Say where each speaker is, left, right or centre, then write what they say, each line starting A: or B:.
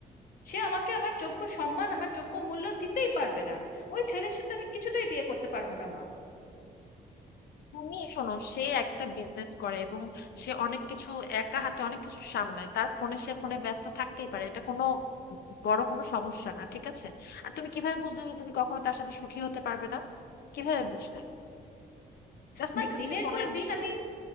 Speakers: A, on the left; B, on the left.
A: সে আমাকে আমার যোগ্য সম্মান আমার যোগ্য মূল্য দিতেই পারবে না ওই ছেলের সাথে আমি কিছুতেই বিয়ে করতে পারবো না মা
B: তুমি শোনো সে একটা বিজনেস করে এবং সে অনেক কিছু একা হাতে অনেক কিছু সামলায় তার ফোনে সে ফোনে ব্যস্ত থাকতেই পারে এটা কোনো বড় কোনো সমস্যা না ঠিক আছে আর তুমি কিভাবে বুঝলে যে তুমি কখনো তার সাথে সুখী হতে পারবে না কিভাবে বুঝলে জাস্ট
A: মা
B: বিকজ
A: দিনের
B: সে ফোনে
A: পর দিন আমি